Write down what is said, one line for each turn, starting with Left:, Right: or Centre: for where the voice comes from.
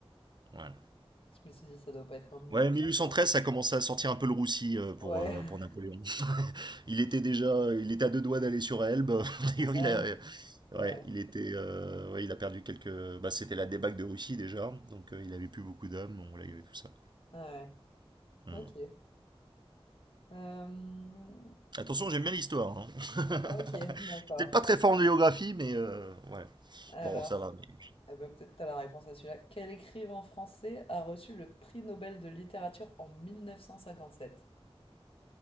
Right: Voilà.
Left: je me suis dit, ça doit pas être en 1815.
Right: Ouais, 1813, ça commençait à sortir un peu le roussi euh, pour,
Left: Ouais,
Right: euh, pour Napoléon. Il était déjà, il était à deux doigts d'aller sur Elbe. <laughs>
Left: <laughs>
Right: D'ailleurs,
Left: ouais,
Right: il a, euh,
Left: c'est
Right: ouais,
Left: vrai.
Right: il était, euh, ouais, il a perdu quelques. Bah, c'était la débâcle de Russie déjà, donc euh, il avait plus beaucoup d'hommes, on là, il y avait tout ça.
Left: Ouais,
Right: Hmm.
Left: ouais. ok. Euh,
Right: Attention, j'aime bien l'histoire. Hein. <laughs>
Left: ok, d'accord.
Right: Peut-être pas très fort en géographie, mais euh, ouais.
Left: Alors,
Right: Bon, ça va. mais-
Left: eh ben, peut-être t'as la réponse à celui-là. Quel écrivain français a reçu le prix Nobel de littérature en mille neuf cent cinquante-sept